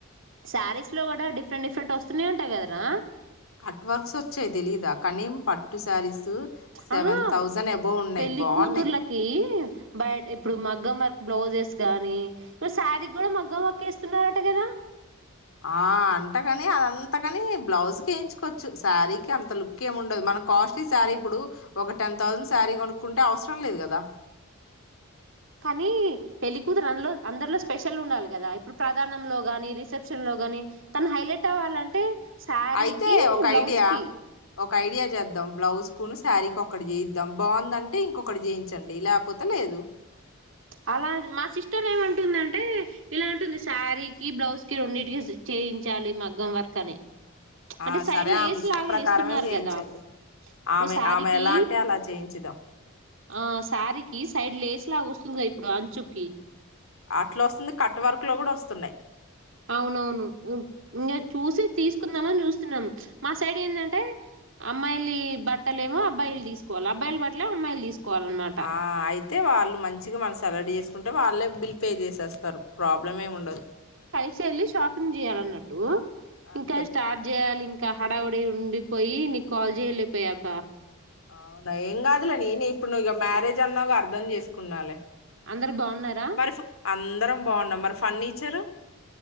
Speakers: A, on the right (about 60°); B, on the left (about 70°).
A: శారీస్ లో కూడా డిఫరెంట్ డిఫరెంట్ వస్తున్నాయి అంట కదరా
B: కట్ వర్క్స్ వచ్చాయి తెలీద కానీం పట్టు శారీస్ తు సెవెన్
A: ఆహా
B: థౌసండ్ అబోవ్ ఉన్నాయి
A: పెళ్లి
B: బాగున్నాయి
A: కూతుర్లకి బయ ఇప్పుడు మగ్గం వర్కు బ్లౌజెస్ గానీ ఇప్పుడు శారీ కూడా మగ్గం వరకు వేస్తున్నారట కదా
B: ఆ అంటగాని అదం అంతకని బ్లౌజ్ కేయించుకోవచ్చు శారీకి అంత లుక్ ఏమి ఉండదు మన కాస్ట్లీ శారీ ఇప్పుడు ఒక టెన్ థౌజండ్ శారీ కొనుక్కుంటే అవసరం లేదు కదా
A: కానీ పెళ్ళికతురు అందులో అందరిలో స్పెషల్ ఉండాలి కదా ఇప్పుడు ప్రధానంలో గాని రిసెప్షన్ లో గాని తను హైలైట్ అవ్వాలంటే సారీకి
B: అయితే ఒక
A: బ్లౌజ్కి
B: ఐడియా ఒక ఐడియా చేద్దాం బ్లౌజ్ కుని శారీకి ఒకక్కటి చేయిద్దాం బాగుందంటే ఇంకొకటి చేయించండి లేపోతే లేదు
A: అలా మా సిస్టర్ ఏమంటుందంటే ఇలాంటుంది శారీకి బ్లౌజ్ కి రెండింటికి చేయించాలి మగ్గం వర్క్ అని అంటే
B: ఆ
A: సైడ్
B: సరే
A: లేస్
B: ఆమె ఇష్ట
A: లాగా
B: ప్రకారమే
A: వేస్తున్నారు
B: చేయించండి
A: కదా ఇప్పుడు
B: ఆమె
A: శారీకి
B: ఆమె ఎలా అంటే అలా చేయించుదాం
A: ఆ శారీకి సైడ్ లేస్ లాగోస్ స్తుంది గా ఇప్పుడు అంచుకి
B: అట్లవస్తుంది కట్టు వరకు లో కూడా వస్తున్నాయి
A: అవునవును ఇంగ చూసి తీసుకుందామని చూస్తున్నాము మా సైడ్ ఏందంటే అమ్మాయిలు బట్టలేమో అబ్బాయిలు తీసుకోవాలి అబ్బాయిలు బట్టలే అమ్మాయిలు తీసుకోవాలి కోవాలన్నమాట
B: ఆ అయితే వాళ్ళు మంచిగా మనం సలాడ్ చేసుకుంటే వాళ్ళే బిల్ పే చేసేస్తారు ప్రాబ్ ప్రబ్లమే ఉండదు
A: చె ఎల్లి షాపింగ్ చేయాలన్నట్టు
B: అంతే
A: ఇంకా స్టార్ట్ చేయాలి ఇం ఇకా హడా ఒడి ఉండిపోయి నీకు కాల్ చేయలేపోయ అబ్బా
B: అవునా ఏం కాదులే నేనే ఇప్పుడు నువ్ ఇక మ్యారేజ్ అన్నావ్ గా అర్ధం చేసుకున్నాలే
A: అందరు బావున్నారా?
B: మరి ఇప్పుడు అందరం బాగున్నాం మరి ఫర్నిచర్